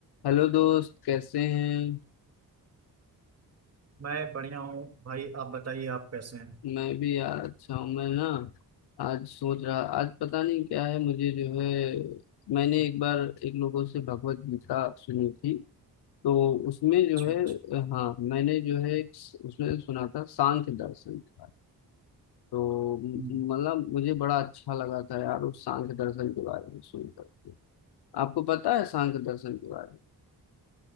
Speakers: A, on the left; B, on the right.
A: हेलो दोस्त कैसे हैं
B: मैं बढ़िया हूँ भाई आप बताइए आप कैसे हैं
A: मैं भी यार अच्छा हूँ मैं ना आज सोच रहा आज पता नहीं क्या है मुझे जो है मैंने एक बार एक लोगों से भगवत गीता सुनी थी तो उसमें जो
B: अच्छा
A: है
B: अच्छा
A: हाँ मैंने जो है एक स- उसमें सुना था सांख्य दर्शन के बारे में। तो म-
B: हम्म,
A: मतलब मुझे बड़ा अच्छा लगा था यार उस सांख्य दर्शन के बारे में सुनकर के आपको पता है सांख्य दर्शन के बारे में